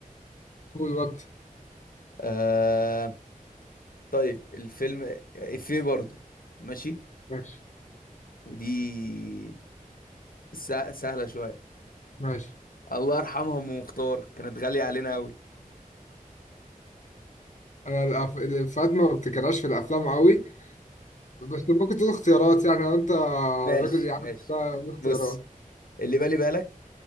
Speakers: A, on the left; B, on the left.
A: قول وقت
B: آه طيب الفيلم افيه برضو ماشي
A: ماشي
B: ودي سه- سهلة شوية
A: ماشي
B: الله يرحمها ام مختار كانت غالية علينا قوي
A: انا الأف... الافيهات
B: <laughs>
A: ما بفتكرهاش في الافلام قوي بس ممكن تقول اختيارات يعني لو انت
B: ماشي
A: راجل يعني
B: ماشي
A: كده قول اختيارات
B: بص اللي بالي بالك